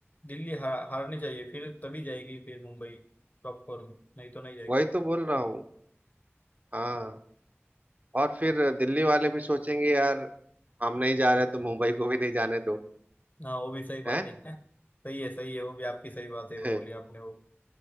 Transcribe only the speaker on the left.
दिल्ली हार, हारनी चाहिए फिर तभी जाएगी फिर मुंबई टॉप फोर में नहीं तो नहीं जाएगी
हाँ वो भी सही बात
है <laughs> सही है सही है वो भी आपकी सही बात है
वो बोली आपने वो